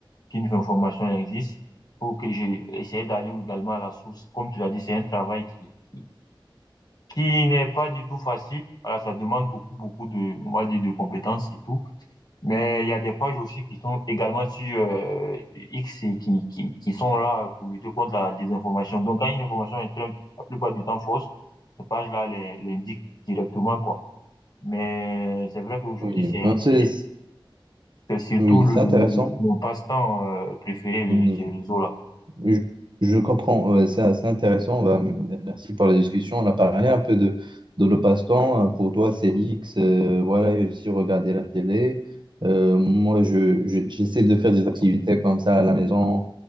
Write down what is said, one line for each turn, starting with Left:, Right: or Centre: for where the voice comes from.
Left: qu'une information existe, faut que j'ai essayé d'aller également à la source. Comme tu l'as dit, c'est un travail qui, qui, qui n'est pas du tout facile. Voilà, ça demande beaucoup, beaucoup de, on va dire, de compétences et tout. Mais il y a des pages aussi qui sont également sur euh, X et qui, qui, qui sont là pour lutter contre la désinformation. Donc, quand une information est très- la plupart du temps fausse, ces pages-là les, l'indiquent directement, quoi. Mais c'est vrai qu'aujourd'hui,
Right: oui.
Left: c'est,
Right: Ah, c'est-
Left: c'est, c'est surtout
Right: oui,
Left: le,
Right: c'est
Left: le-
Right: intéressant.
Left: mon passe-temps euh, préféré, les,
Right: Oui.
Left: ces réseaux-là.
Right: Je, je comprends, ouais, c'est assez intéressant. bah, m- merci pour la discussion. On a parlé un peu de, de le passe-temps. Euh, Pour toi, c'est X, euh, voilà, et aussi regarder la télé. Euh, moi, je, je- j'essaie de faire des activités comme ça à la maison,